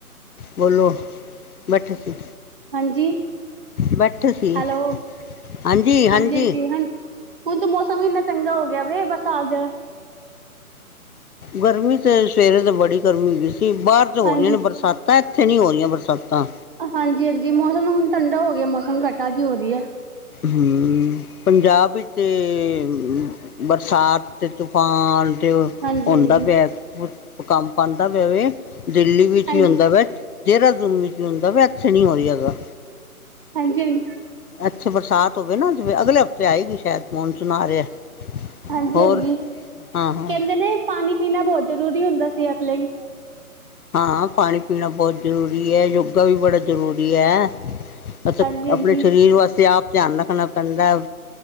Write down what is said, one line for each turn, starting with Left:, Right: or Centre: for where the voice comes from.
Left: ਬੋਲੋ ਬੈਠੇ ਸੀ।
Right: ਹਾਂਜੀ,
Left: ਬੈਠੇ ਸੀ
Right: ਹੈਲੋ,
Left: ਹਾਂਜੀ ਹਾਂਜੀ
Right: ਹਾਂਜੀ-ਹਾਂਜੀ ਹਾਂ। ਹੁਣ ਤੇ ਮੌਸਮ ਵੀ ਏਨਾ ਚੰਗਾ ਹੋ ਗਿਆ ਵੇ, ਬਸ ਆਜ
Left: ਗਰਮੀ ਤੇ ਸਵੇਰੇ ਤੇ ਬੜੀ ਗਰਮੀ ਹੋਗੀ ਸੀ, ਬਾਰ ਤਾਂ ਹੋ
Right: ਹਾਂਜੀ
Left: ਰਹੀਆਂ ਨੇ ਬਰਸਾਤ ਏਥੇ ਨੀ ਹੋ ਰਹੀਆਂ ਬਰਸਾਤਾਂ
Right: ਹਾਂਜੀ-ਹਾਂਜੀ, ਮੌਸਮ ਹੁਣ ਠੰਡਾ ਹੋ ਗਿਆ। ਮੌਸਮ ਘਟਾ ਜੀ ਹੋ ਰਹੀ ਐ।
Left: ਹੂੰ, ਪੰਜਾਬ ਵਿੱਚ, ਏ ਬਰਸਾਤ ਤੇ ਫਾਨ ਤੇ
Right: ਹਾਂਜੀ
Left: ਹੁੰਦਾ
Right: ਹਾਂਜੀ
Left: ਪਿਆ ਭੂਕੰਮ ਆਂਦਾ ਪਿਆਵੇ, ਦਿੱਲੀ ਵਿੱਚ
Right: ਹਾਂ
Left: ਵੀ ਹੁੰਦਾ ਪਿਆ, ਦੇਹਰਾਦੂਨ ਵਿੱਚ ਵੀ ਹੁੰਦਾ ਪਿਆ ਇੱਥੇ ਨੀ ਹੋ ਰਿਹਾ ਹੈਗਾ।
Right: ਹਾਂਜੀ-ਹਾਂਜੀ।
Left: ਅੱਛਾ, ਬਰਸਾਤ ਹੋਵੇ ਨਾ ਜਿਵੇ ਅਗਲੇ ਹਫ਼ਤੇ ਆਏਗੀ ਸ਼ਾਇਦ, ਮੋਨਸੂਨ ਆ ਰਿਹਾ।
Right: ਹਾਂਜੀ,
Left: ਹੋਰ
Right: ਹਾਂਜੀ,
Left: ਹਾਂ ਹਾਂ
Right: ਕਹਿੰਦੇ ਨੇ ਪਾਣੀ- ਪੀਣਾ ਬਹੁਤ ਜ਼ਰੂਰੀ ਹੁੰਦਾ ਸਿਹਤ ਲਈ।
Left: ਹਾਂ ਪਾਣੀ- ਪੀਣਾ ਬਹੁਤ ਜ਼ਰੂਰੀ ਐ, ਯੋਗਾ ਵੀ ਬੜਾ ਜ਼ਰੂਰੀ ਐ। ਮਤਲਬ,
Right: ਹਾਂਜੀ
Left: ਆਪਣੇ
Right: ਹਾਂਜੀ
Left: ਸਰੀਰ ਵਾਸਤੇ ਆਪ ਧਿਆਨ ਰੱਖਣਾ ਪੈਂਦਾ ਐ।